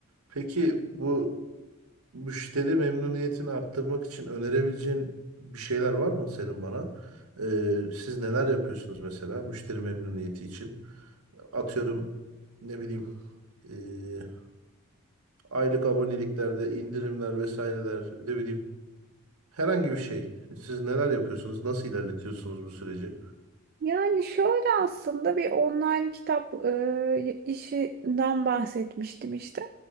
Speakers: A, on the right (about 90°); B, on the right (about 45°).
A: Peki bu Müşteri memnuniyetini arttırmak için önerebileceğin bir şeyler var mı senin bana? Ee, siz neler yapıyorsunuz mesela müşteri memnuniyeti için? Atıyorum ne bileyim ee, aylık aboneliklerde indirimler vesaireler ne bileyim herhangi bir şey. Siz neler yapıyorsunuz? Nasıl ilerletiyorsunuz bu süreci?
B: Yani şöyle aslında bir online kitap e, işinden bahsetmiştim işte.